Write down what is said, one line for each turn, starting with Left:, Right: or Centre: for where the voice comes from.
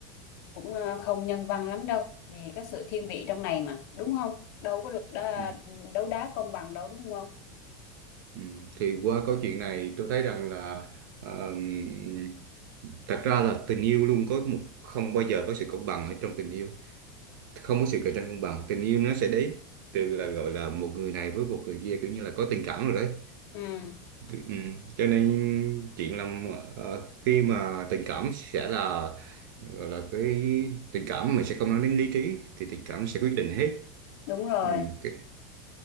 Left: cũng ờ, không nhân văn lắm đâu, vì cái sự thiên vị trong này mà, đúng không? Đâu có được đá,
Right: Ừ.
Left: đấu đá công bằng đâu đúng không?
Right: Ừ, Thì qua câu chuyện này tôi thấy rằng là um, thật ra là tình yêu luôn có một không bao giờ có sự công bằng ở trong tình yêu không có sự cạnh tranh công bằng tình yêu nó sẽ đến từ là gọi là một người này với một người kia kiểu như là có tình cảm rồi đấy
Left: Ừ,
Right: ừ. Cho nên chuyện là ờ, khi mà tình cảm sẽ là gọi là cái tình cảm mình sẽ không nói đến lý trí thì tình cảm sẽ quyết định hết
Left: đúng rồi,
Right: ừ. cái-